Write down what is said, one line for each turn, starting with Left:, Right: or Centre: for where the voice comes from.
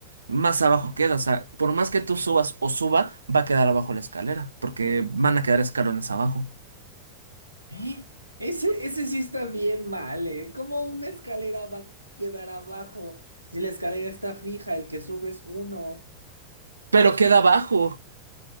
Right: más abajo queda. O sea, por más que tú subas o suba, va a quedar abajo la escalera, porque van a quedar escalones abajo.
Left: ¿Eh? Ese, ese sí está bien mal, ¿eh? ¿Cómo una escalera va a quedar abajo? Si la escalera está fija, el que sube es uno.
Right: Pero queda abajo.